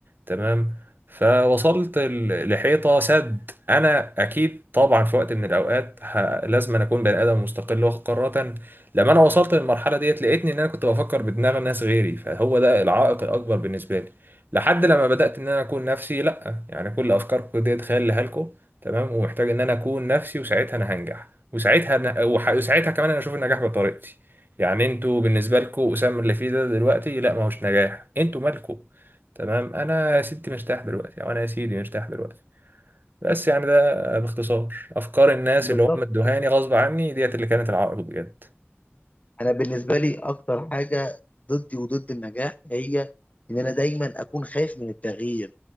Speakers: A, on the right; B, on the left.
A: تمام فوصلت ل- لحيطة سد أنا أكيد طبعا في وقت من الأوقات ه... لازم أنا أكون بني آدم مستقل واخد قرارات لما أنا وصلت للمرحلة ديت لقيتني إن أنا كنت بفكر بدماغ الناس غيري فهو ده العائق الأكبر بالنسبة لي لحد لما بدأت إن أنا أكون نفسي لأ يعني كل أفكاركم ديت خيال لكم تمام ومحتاج ان انا اكون نفسي وساعتها انا هنجح وساعتها أنا وح- وساعتها كمان انا اشوف النجاح بطريقتي يعني انتوا بالنسبه لكم اسامه اللي فيه ده دلوقتي لا ما هوش نجاح انتوا مالكم تمام انا يا ستي مرتاح دلوقتي او انا يا سيدي مرتاح دلوقتي بس يعني ده باختصار افكار الناس
B: بالظبط
A: اللي هم ادوهاني غصب عني ديت اللي كانت العائق بجد
B: انا بالنسبه لي اكتر حاجه ضدي وضد النجاح هي ان انا دايما اكون خايف من التغيير